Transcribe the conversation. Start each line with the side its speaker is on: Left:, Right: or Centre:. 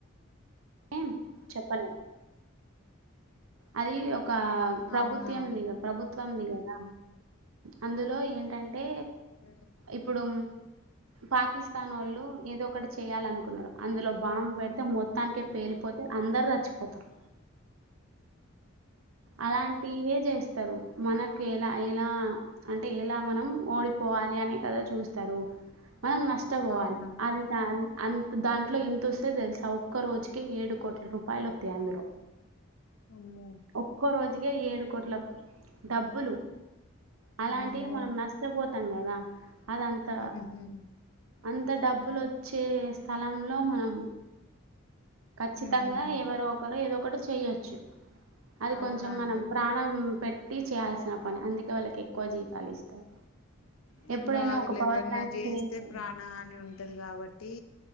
Right: ఏం చెప్పలేం అది ఒక ప్రభుత్వంది
Left: అవునా
Right: కదా ప్రభుత్వంది కదా అందులో ఏంటంటే
Left: ఉ
Right: ఇప్పుడు పాకిస్తాన్ వోళ్ళు ఏదో ఒక్కటి చేయాలనుకున్నారు అందులో బాంబు పెడితే మొత్తానికే పేలిపోతే అందరు చచ్చిపోతారు అలాంటివే చేస్తారు మనకి ఎలా ఎలా అంటే ఎలా మనం ఓడిపోవాలి అనే కదా చూస్తారు మనం నష్టపోవాలి
Left: అవునా
Right: అది అన్ అంత దాంట్లో ఇంతొస్తే తెలుసా ఒక్క రోజుకే ఏడు కోట్ల రూపాయలు వత్తాయి అందులో
Left: అమ్మో
Right: ఒక్కో రోజుకే ఏడు కోట్ల డబ్బులు అలాంటివే
Left: అమ్మో
Right: మనం నష్ టపోతాం కదా అదంతా
Left: ఉహు
Right: అంత డబ్బులు వచ్చే స్థలంలో మనం ఖచ్చితంగా
Left: ఉహు
Right: ఎవరో ఒకరు ఏదో ఒకటి చెయ్యొచ్చు అది
Left: అవునండి
Right: కొంచెం మనం ప్రాణం పెట్టి చేయాల్సిన పని అందుకే వాళ్ళకి ఎక్కువ జీతాలు ఇస్తారు
Left: తీమ్రవాదులు
Right: ఎప్పుడైనా ఒక పవర్
Left: ఏదన్నా
Right: ప్లాంట్
Left: చేస్తే
Right: చేరిపోయింది
Left: ప్రాణ హాని ఉంటది కాబట్టి